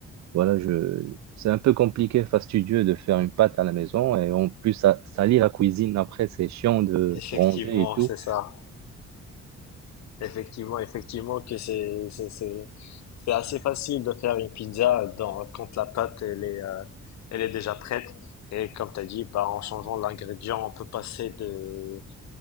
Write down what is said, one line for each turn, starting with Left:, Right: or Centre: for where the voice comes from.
Right: voilà, je, c'est un peu compliqué, fastidieux de faire une pâte à la maison et en plus, ça salir la cuisine après, c'est chiant de
Left: Effectivement,
Right: ranger et tout.
Left: c'est ça. Effectivement, effectivement que c'est c'est c'est c'est assez facile de faire une pizza dans quand la pâte elle est euh, elle est déjà prête et comme tu as dit bah en changeant l'ingrédient on peut passer de